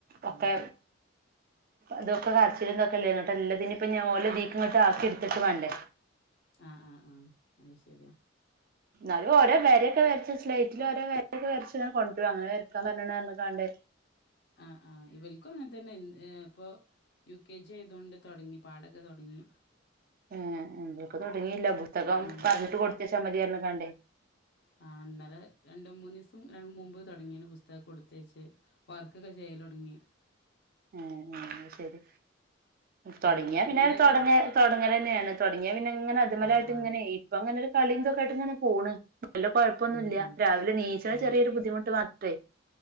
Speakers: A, on the left (about 60°); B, on the right (about 50°).
A: ഉം
B: ഒക്കെ അതൊക്കെ കരച്ചിലന്തൊക്കെല്ലേോട്ട് എല്ലാത്തിനി ഇപ്പ ഞാൻഓക്ക് ദീക്ക ഇങ്ങോട്ട് ആക്കി എടുത്തിട്ട് വേണ്ടേ
A: ആഹ് ആഹ് ആഹ് അത് ശരിയാ
B: അത് ഓട വരക്കെ വരച്ച് സ്ലീയറ്റിൽ ഇവടെ ഓരോ വര വരച്ച് കൊണ്ട് പോ അങ്ങനെ വരക്കാൻ പറാണ്ട്
A: ആഹ് ആഹ് ഇവരിക്കും അങ്ങനെ തന്നെ എ ഇപ്പൊ യു കെ ജി ആയതൊണ്ട് തുടങ്ങി പാഠംക്കെ തുടങ്ങി
B: ഏ എന്തക്ക് തുടങ്ങിയില്ല പുസ്തകം
A: ഉം
B: പറഞ്ഞിട്ട് കൊടുത്ത <unintelligible>
A: ആഹ് ഇന്നലെ രണ്ട് മൂന്ന് ദിവസം മുൻപ് തുടങ്ങിയ പുസ്തകം കൊടുത്ത വച്ച് വർക്കൊക്കെ ചെയ്യ ക്കല്‌ തൊടങ്ങി
B: ആഹ് ആഹ് ശരി തുടങ്ങിയ
A: എൽ കെ ജി
B: പിന്നെ
A: എന്തൊക്കെ
B: തുടങ്ങ തുടങ്ങ തന്നെയാണ് തുടങ്ങിയ പിന്നെ അങ്ങനെ അത്മേല്
A: ആഹ്
B: ആയിട്ട്
A: ആഹ്
B: ഇങ്ങനെ ഇപ്പൊ അങ്ങനരു കളീന്തൊക്കായിട്ട്ങ്ങനെ പോണ്. വെല്ല്യെ കുഴപ്പൊന്നുല്ലാ
A: ഉം ഉം
B: രാവിലെ നീച്ച്ണെ
A: ആഹ്
B: ചെറിയൊരു ബുദ്ധിമുട്ട് മാ തെയ്